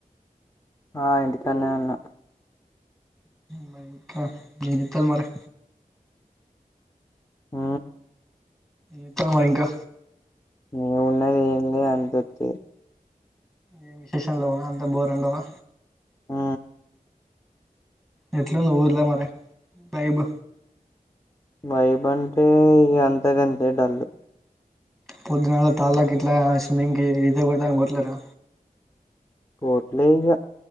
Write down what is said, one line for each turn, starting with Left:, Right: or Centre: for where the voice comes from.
Left: ఆ ఇంటికనే ఉన్నా
Centre: మరి ఇంకా జత్తల మరి
Left: మ్
Centre: ఎత్తన్నా మరింకా
Left: నేవున్నది ఏంది అంతతి
Centre: ఏం విశేష లేవా అంత బోరుండవా
Left: మ్
Centre: ఎట్లు ఉంది ఉర్లో మరి వైబ్
Left: వైబ్ అంటే అంతగంతే డల్లుు
Centre: పొద్దునళ్ తాళ్ళకి ఇట్లా స్విమ్మింగ్ కి ఇద కొడతా అని పోట్లేరా
Left: హట్లేగా